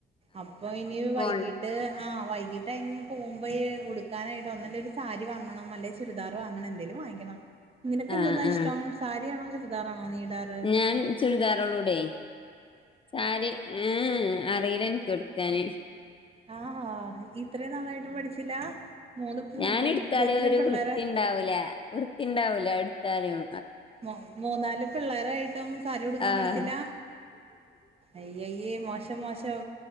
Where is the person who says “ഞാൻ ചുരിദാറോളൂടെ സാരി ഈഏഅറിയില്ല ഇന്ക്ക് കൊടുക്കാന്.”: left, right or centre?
Left